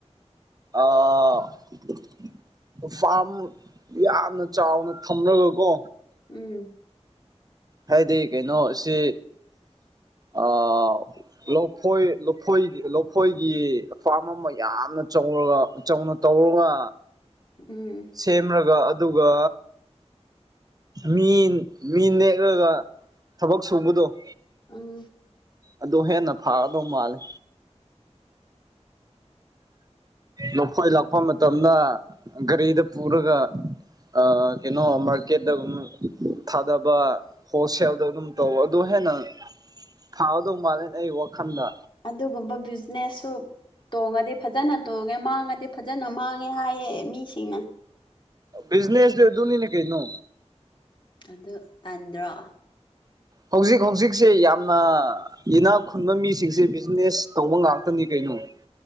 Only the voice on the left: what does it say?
ꯎꯪ
ꯎꯝ
ꯑꯪ
ꯑꯗꯨꯒꯨꯝꯕ ꯕꯤꯖꯤꯅꯦꯁꯁꯨ ꯇꯣꯡꯉꯗꯤ ꯐꯖꯅ ꯇꯣꯡꯉꯦ ꯃꯥꯡꯉꯗꯤ ꯐꯖꯅ ꯃꯥꯡꯉꯦ ꯍꯥꯏꯌꯦ ꯃꯤꯁꯤꯡꯅ꯫
ꯑꯗꯨ ꯇꯟꯗ꯭ꯔꯣ?